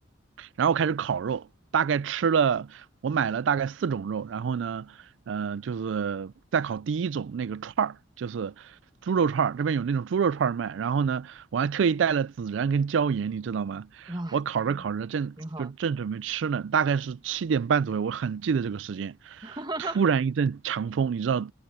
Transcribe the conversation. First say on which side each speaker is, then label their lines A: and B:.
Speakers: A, on the right; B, on the right.
A: 然后开始烤肉，大概吃了，我买了大概四种肉，然后呢，呃，就是再烤第一种那个串儿，就是猪肉串儿，这边有那种猪肉串儿卖，然后呢，我还特意带了孜然跟椒盐，你知道吗？
B: 哇，
A: 我烤着烤着正就正准备吃呢，
B: 挺好，
A: 大概是七点半左右，我很记得这个时间，
B: <laughs>
A: 突然一阵强风，你知道